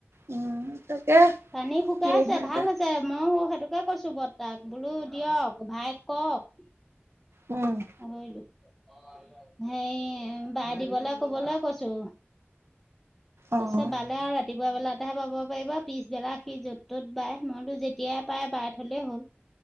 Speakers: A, on the right; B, in the centre.
A: উম <unintelligible> তাকে <inaudible>
B: পানী শুকাই
A: কি
B: আছে,
A: হয় এতিয়া
B: ভাল আছে। <unintelligible> আছে মইয়ো সেইটোকে কৈছো বৰ্তাক বোলো দিয়ক, ভাইক কওক। <unintelligible>
A: উম <unintelligible>
B: পাহৰিলো <unintelligible> সেই বাই দিবলৈ কবলৈ কৈছো।
A: অ'।
B: কছা বাল <unintelligible> বালে আৰু ৰাতিপুৱা বেলাতেহে পাব পাৰিব, পিছবেলা সি য'ত ত'ত বাই মইতো যেতিয়াই বাই, বাই থলেই হ'ল। <unintelligible>